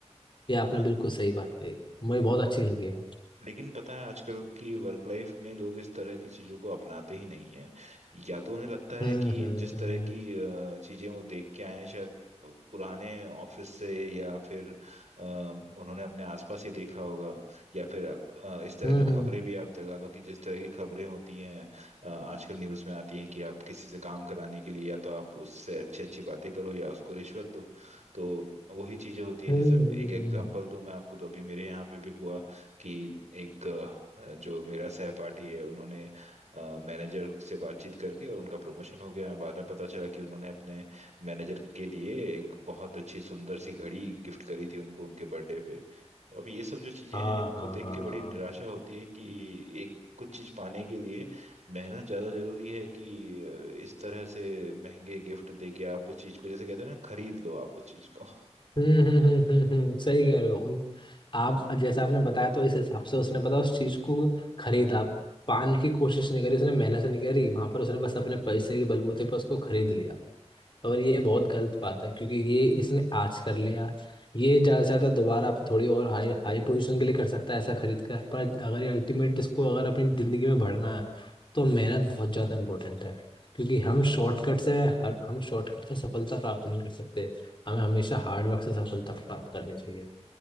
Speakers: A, on the left; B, on the right.
A: ये आपने
B: हाँ
A: बिल्कुल सही बात कही मुझे बहुत अच्छी लगी ये बात
B: लेकिन पता है आजकल की वर्क लाइफ में लोग इस तरह की चीजों को अपनाते ही नहीं है या तो उन्हें लगता है
A: हम्म
B: कि
A: हम्म
B: जिस
A: हम्म
B: तरह की अ, चीजें वो देख के आए हैं शायद पुराने ऑफिस से या फिर अ, उन्होंने अपने आसपास ही देखा होगा या फिर अ, इस तरह
A: हम्म
B: की
A: हम्म
B: खबरें
A: हम्म
B: भी आप लगा लो कि जिस तरह की खबरें होती हैं अ, आजकल न्यूज़ में आती हैं कि आप किसी से काम कराने के लिए या तो आप उससे अच्छी अच्छी बातें करो या उसको रिश्वत दो तो वही चीजें होती है
A: हम्म,
B: जैसे
A: हम्म,
B: एक एग्जांपल
A: हम्म।
B: दूं मैं आपको तो अभी मेरे यहाँ पे भी हुआ कि एक अ, जो मेरा सहपाठी है उन्होंने मैनेजर से बातचीत करके और उनका प्रमोशन हो गया बाद में पता चला कि उन्होंने अपने मैनेजर के लिए एक बहुत अच्छी सुंदर सी घड़ी गिफ्ट करी थी उनको उनके बर्थडे पे तो अब ये सब जो चीजें
A: हाँ
B: हैं इनको
A: हाँ
B: देख
A: हाँ
B: के बड़ी निराशा होती है कि एक कुछ चीज पाने के लिए मेहनत ज्यादा जरूरी है कि अ, इस तरह से महंगे गिफ्ट दे के आप उस चीज को जैसे कहते हैं ना खरीद लो आप उस चीज को
A: हम्म हम्म हम्म हम्म हम्म, सही कह रहे हो उन आप जैसा आपने बताया तो इस हिसाब से उसने पता उस चीज को खरीदा पाने की कोशिश नहीं करी उसने मेहनत नहीं करी वहां पर उसने बस अपने पैसे के बलबूते पर उसको खरीद लिया और ये बहुत गलत बात है क्योंकि ये इसने आज कर लिया ये ज्यादा से ज्यादा दोबारा आप थोड़ी और हाई हाई पोजीशन के लिए कर सकता है ऐसा खरीद कर पर अगर ये अल्टीमेट इसको अगर अपनी जिंदगी में भरना है तो मेहनत बहुत ज्यादा इंपॉर्टेंट है क्योंकि हम शॉर्टकट से हम शॉर्टकट से सफलता प्राप्त नहीं कर सकते हमें हमेशा हार्डवर्क से सफलता प्राप्त करनी चाहिए